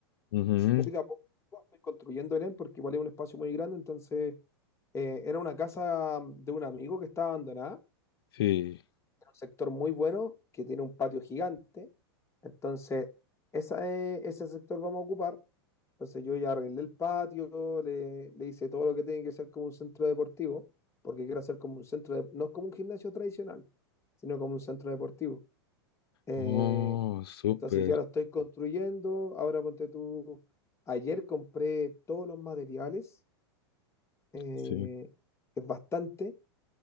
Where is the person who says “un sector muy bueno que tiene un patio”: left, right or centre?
Left